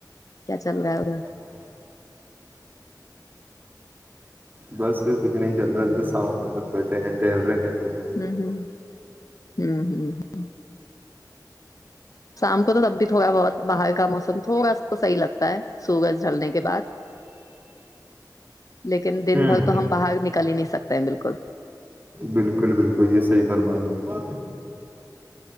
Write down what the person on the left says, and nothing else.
کیا چل رہا ہے اھر
ہوں ہ ہوں ہ ہ شام کو تو تب بھی تھوڑا بہت باہر کا موسم تھوڑا سا صحیح لگتا ہے سورج جلنے کے بعد لیکن دن
بھر تو ہم باہر نکل ہی نہیں سکتے ہیں بالکل